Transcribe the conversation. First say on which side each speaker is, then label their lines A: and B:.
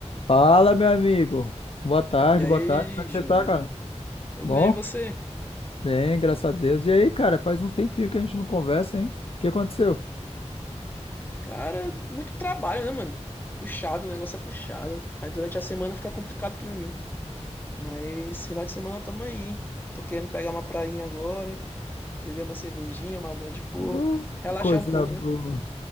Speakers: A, on the left; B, on the left.
A: Fala, meu amigo. Boa tarde,
B: E aí,
A: boa tarde. Como é que
B: Júlia?
A: você tá, cara?
B: Tudo
A: Bom?
B: bem, e você?
A: Bem, graças a Deus. E aí, cara, faz um tempinho que a gente não conversa, hein? O que aconteceu?
B: Cara, muito trabalho, né, mano? Puxado, o negócio é puxado. Aí durante a semana fica complicado pra mim. Mas final de semana tamo aí. Tô querendo pegar uma prainha agora, beber uma cervejinha, uma água de coco,
A: Ô,
B: relaxar
A: Coisa
B: um pouco,
A: boa,
B: né?